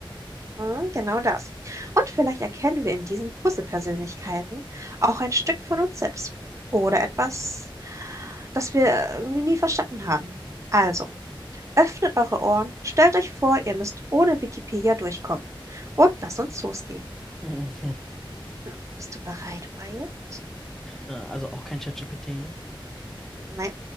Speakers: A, on the right; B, in the centre.
A: Hm, genau das. Und vielleicht erkennen wir in diesen Puzzle-Persönlichkeiten auch ein Stück von uns selbst oder etwas, das wir irgendwie nie verstanden haben. Also, öffnet eure Ohren, stellt euch vor, ihr müsst ohne Wikipedia durchkommen und lasst uns losgehen.
B: <laughs>
A: Hm, Bist du bereit, Wyatt?
B: Äh, Also auch kein ChatGPT,
A: Nein,